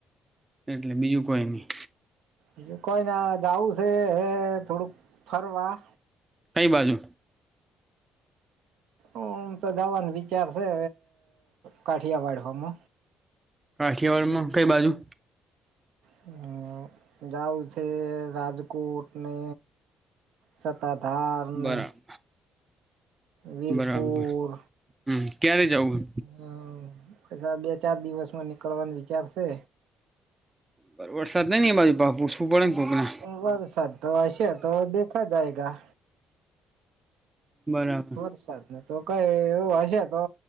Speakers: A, on the right (about 20°); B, on the right (about 80°).
A: એટલે બીજું કોઈ નહી.
B: હજ કોઈને દ જાવું છે થોડુંક ફરવા
A: કઈ બાજુ
B: ઓમ તો જાવાનું વિચાર છે, કાઠિયાવાડ હમો
A: કાઠિયાવાડમાં કઈ બાજુ
B: હમ્મ જાઉ છે રાજકોટ ને, સત્તાધારને,
A: બરાબર
B: વીરપુર
A: બરાબર હમ્મ, ક્યારે જવું.
B: હ પછા બે ચાર દિવસમાં નીકળવાનું વિચાર છે.
A: પર વરસાદ નહીં અ મારી પાહે પૂછું પડે કોકને
B: વરસાદ તો હશે તો દેખા જાયેગા
A: બરાબર
B: હ વરસાદ નને તો કઈ એવું હશે તો